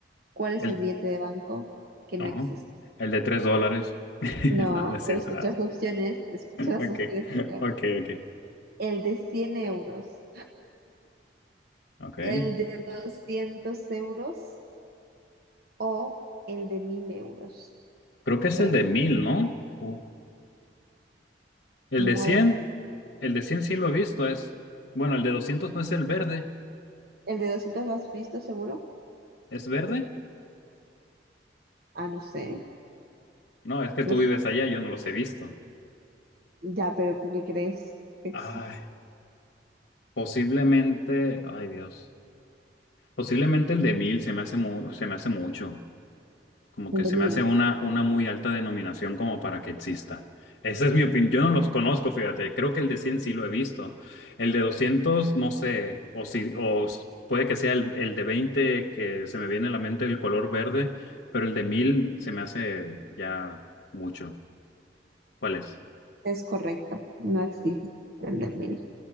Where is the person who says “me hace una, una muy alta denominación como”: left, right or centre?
Left